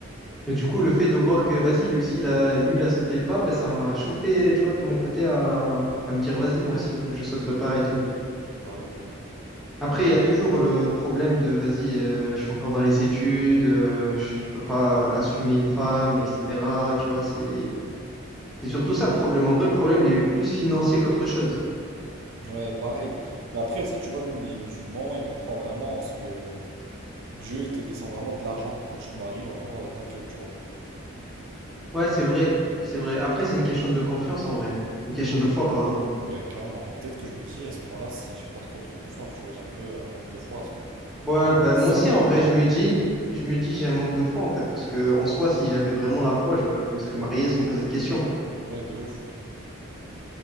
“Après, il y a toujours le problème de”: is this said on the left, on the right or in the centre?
Centre